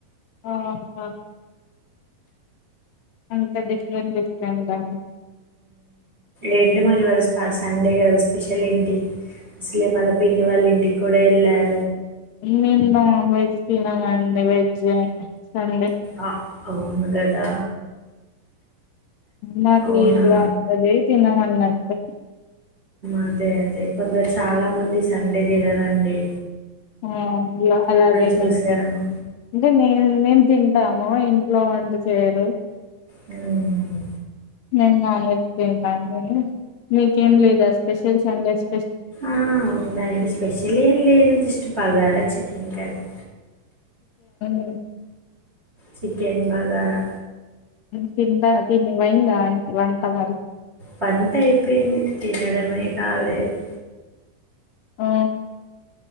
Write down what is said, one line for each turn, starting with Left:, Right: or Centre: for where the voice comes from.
Left: ఆ హ అంత డిఫ్రెంట్ డిఫ్రెంటా
Right: ఏంటి మరి ఇవాళ స సండే కదా స్పెషల్ ఏంటి ఇసలే మళ్ళ పిన్ని వాళ్ళ ఇంటికి కూడా వెళ్ళార్
Left: మోము నాజ్ వెజ్ తినమండి వెజ్ సండే
Right: అ అవును గదా
Left: మది
Right: అవునా!
Left: ఇట్లా ఉంటది తిన వంద అంతే
Right: అదే అదే కొందరు చాలా మంది సండే తినారండి
Left: ఆ లో అలాగే
Right: చూశాను.
Left: నేను కూడా అంటే నేను మేం తింటాము ఇంట్లో పొండుకు సేరు
Right: హ్మ్.
Left: నేను నాన్ వెజ్ టింటాంటిని మీకేం లేదా స్పెషల్ సండేస్
Right: ఆ వుందండి స్పెషల్ ఏం లేదు జస్ట్ బగారా చికెన్ కర్రీ
Left: అమ్
Right: చికెన్ బగారా
Left: తింటా తి వైంద వంట మరి
Right: పంట అయిపోయింది తినడమే కాలేదు
Left: ఆమ్